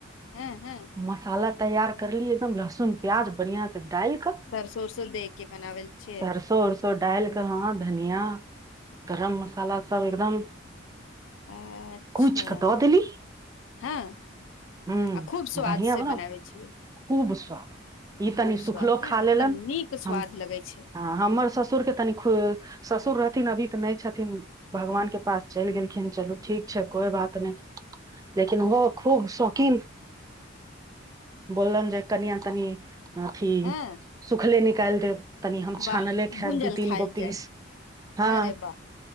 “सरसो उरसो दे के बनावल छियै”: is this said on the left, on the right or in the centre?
Left